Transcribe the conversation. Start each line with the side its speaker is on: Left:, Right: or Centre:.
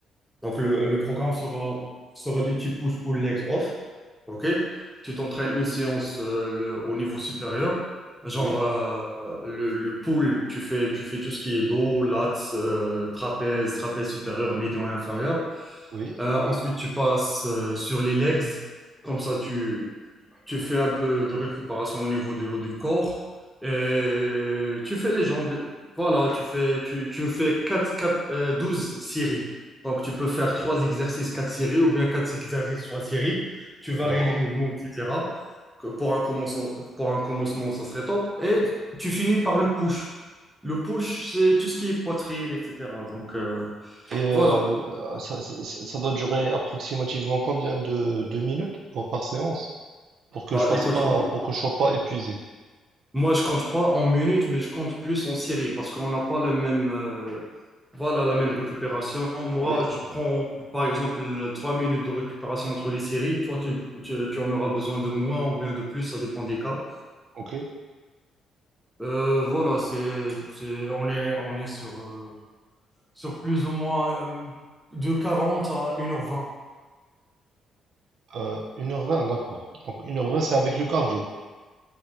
Centre: Donc, le, le programme sera, sera du type push-pull legs off. OK? Tu t'entraînes une séance euh, le- au niveau supérieur. Genre,
Right: Oui?
Centre: euh, le, le pull, tu fais, tu fais tout ce qui est dos, lats, euh, trapèze, trapèze supérieur, médian et inférieur.
Right: Oui?
Centre: Euh, ensuite, tu passes euh, sur les legs. Comme ça, tu, tu fais un peu de récupération au niveau du, du corps. Et tu fais les jambes. Voilà, tu fais, tu, tu fais 4 4 euh, 12 séries. Donc, tu peux faire 3 exercices, 4 séries, ou bien 4 exercices, 3 séries. Tu varies
Right: D'accord?
Centre: les mouvements, etc. Que Pour un commencement, pour un commencement, ça serait top. Et tu finis par le push. Le push, c'est tout ce qui est poitrine, etc. Donc, euh,
Right: Et euh,
Centre: voilà.
Right: ça, ça- ça doit durer approximativement combien de, de minutes pour, par séance pour que
Centre: Bah,
Right: je fasse
Centre: écoute,
Right: pas pour que je sois pas épuisé.
Centre: Moi, je compte pas en minutes, mais je compte plus en séries parce qu'on n'a pas la même, euh, voilà, la même récupération. Moi,
Right: Oui,
Centre: je prends par exemple trois minutes de récupération entre les séries. Toi, tu, tu- tu en auras besoin de moins ou bien de plus, ça dépend des cas.
Right: ok.
Centre: Euh, voilà, c'est, c'est- on est, on est sur, euh, sur plus ou moins euh, de 40 à une heure vingt.
Right: Euh, 1h20, d'accord. Donc une heure vingt, c'est avec le cardio.